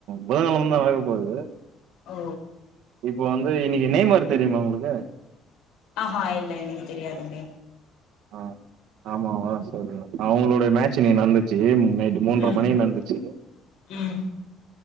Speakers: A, on the right (about 75°); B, on the left (about 85°).
A: புதன்கழம தா நடக்க போகுது
B: ஓ
A: இப்போ வந்து இன்னைக்கு நேம்ரு தெரியுமா உங்களுக்கு
B: ஆஹா இல்ல எனக்கு தெரியாதுங்க
A: ஆஹ் ஆமாமா சரி அவங்களோட மேட்ச் நீ நடந்துச்சு நைட்டு மூன்ரைமணி
B: ம்
A: நந்துச்சு
B: ம்